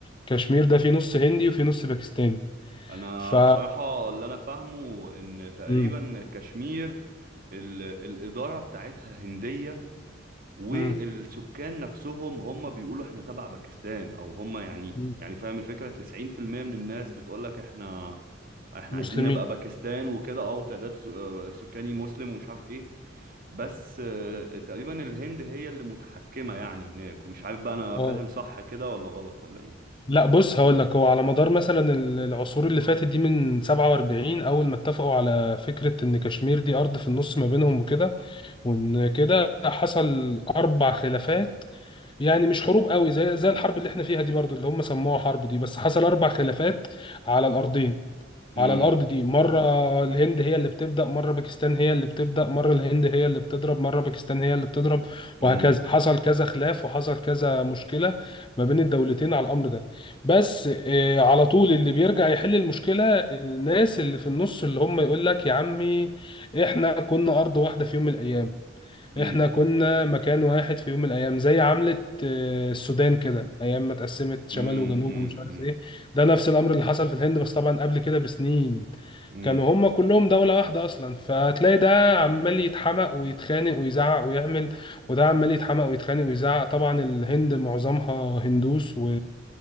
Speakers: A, on the left (about 25°); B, on the right (about 50°).
A: كشمير ده فيه نص هندي وفيه نص باكستاني
B: انا
A: ف
B: بصراحة اللي انا فاهمه ان تقريبا
A: مم.
B: كشمير ال... الادارة بتاعتها هندية والسكان
A: مم.
B: نفسهم هم بيقولوا احنا تبع باكستان او هم يعني
A: مم.
B: يعني فاهم الفكرة 90% من الناس بتقولك احنا احنا
A: مسلمين
B: عايزين نبقى باكستان وكده او تعداد س- آه، سكاني مسلم ومش عارف إيه. بس آه، تقريبا الهند هي اللي متحكمة يعني هناك ومش عارف بقى انا
A: اه
B: فاهم صح كده ولا غلط ولا ايه
A: لا بص هقول لك هو على مدار مثلا ال- العصور اللي فاتت دي من 47 اول ما اتفقوا على فكره ان كشمير دي ارض في النص ما بينهم وكده وان كده حصل اربع خلافات يعني مش حروب قوي زي زي الحرب اللي احنا فيها دي برضه اللي هم سموها حرب دي بس حصل اربع خلافات على الارضين
B: امم
A: على الارض دي مره الهند هي اللي بتبدا مره باكستان هي اللي بتبدا مره الهند هي اللي بتضرب مره باكستان هي اللي بتضرب
B: امم
A: وهكذا حصل كذا خلاف وحصل كذا مشكله ما بين الدولتين على الامر ده بس آه، على طول اللي بيرجع يحل المشكله الناس اللي في النص اللي هم يقول لك يا عمي احنا كنا ارض واحده في يوم من الايام
B: امم
A: احنا كنا مكان واحد في يوم من الايام زي عملة آه، السودان كده ايام ما اتقسمت شمال
B: امم
A: وجنوب ومش عارف ايه ده نفس الامر اللي حصل في الهند بس طبعا قبل كده بسنين
B: امم
A: كانوا هما كلهم دولة واحدة اصلا فتلاقي ده عمال يتحمق ويتخانق ويزعق ويعمل وده عمال يتحمق ويتخانق ويزعق طبعا الهند معظمها هندوس و...